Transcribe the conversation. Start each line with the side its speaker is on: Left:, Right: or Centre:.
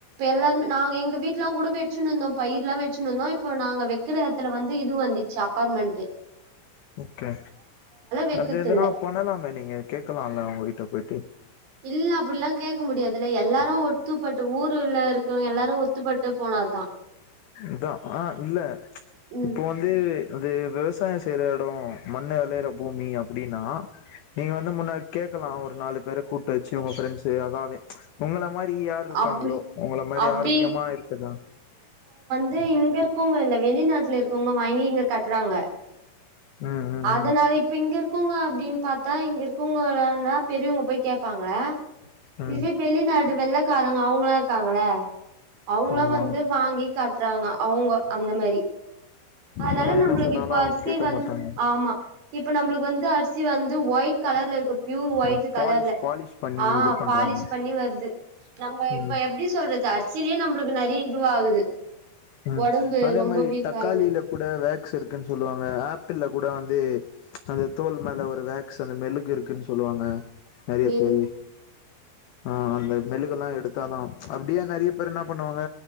Right: எல்லாருமே நா எங்க வீட்லா கூட வெச்சினுந்தோ பயிர்லா வச்சினுருந்தோ இப்போ நாங்க வெ க்கிற எடத்துல வந்து இது வந்துச்சி அபார்ட்மெண்ட்டு
Left: ஓகே
Right: வெக்கத்தில்ல.
Left: அது எதுனா பண்ணலாமே நீங்க கேக்கலா இல்ல அவங்க கிட்ட போயிட்டு
Right: இல்ல அப்டிலா கேக்க முடியாதுல்ல எல்லாரு ஒத்துப்பட்டு ஊர் ருல்ல இருக்கவங்க எல்லாரு ஒத்துப்பட்டு போனாதா
Left: இதா ஆ இல்ல
Right: ம்.
Left: இப்போ வந்து இந்து விவசாய செய்ற எடோ மண்ணு வெளயற பூமி அப்டின்னா நீங்க வந்து முன்னாடி கேக்கலா ஒரு நாலு பேர கூட்டு வச்சி உங்க ஃப்ரண்ட்ஸ் அல்லாமே உண்மதா மாரி யார் இருக்காங்களோ
Right: அப்டி
Left: ஒங்கள மாரி
Right: அப்டி
Left: ஆரோக்கியமா இருக்குதா
Right: து இங்க இருக்கவங்க இல்ல வெளிநாட்டுல இருக்கவங்க வாங்கி இங்க கட்டறாங்க
Left: ம் ம்
Right: அதனால இப்ப இங்க இருக்கவுங்க அப்டின் பாத்தா இங்க இருக்கவுங் இவங்கலாருந்தா பெரியவங்க போய் கேட்பாங்க
Left: ம் ம்
Right: இதுவே வெளிநாடு வெள்ள க்காரங்க அவங்களா இருக்காங்க இல்ல அவுங்களா
Left: ஆமா
Right: வந்து வாங்கி கட்றாங்க அ அவுங்க அந்த மேரி அதனால
Left: நம்ம என்ன
Right: நம்பளுக்கு
Left: சொன்னாலு
Right: இப்ப அரிசி
Left: கேக்க
Right: வந்து
Left: மாட்டாங்க
Right: ஆமா இப்ப நம்பளுக்கு வந்து அரிசி வந்து ஒயிட் கலர்ல இருக்கும் ப்யூர் ஒயிட்டு
Left: ம்
Right: கலர்ல
Left: பாலிஷ் பாலிஷ் பண்ணி
Right: ஆ
Left: இது பண்றாங்க
Right: பாலிஷ் பண்ணி வருது நம்ப இப்ப
Left: ம்
Right: எப்டி சொல்றது அரிசிலே நம்பளுக்கு நறயா இதுவாகுது
Left: ம்
Right: ஒடம்பு
Left: அதே
Right: ரொம்ப
Left: மாரி
Right: வீக்
Left: தக்காளியில
Right: ஆகுது
Left: கூட வேக்ஸ் இருக்குன் சொல்லுவாங்க ஆப்பிள்ள கூட வந்து அந்த தோல் மேல ஒரு வேக்ஸ் அந்த மெலுகு இருக்குன்னு சொல்லுவாங்க நறைய
Right: சேரி
Left: பேரு ஆ அந்த மெலுக எல்லா எடுத்தாதாஅ அப்டியே நறைய பேர் என்ன பண்ணுவாங்க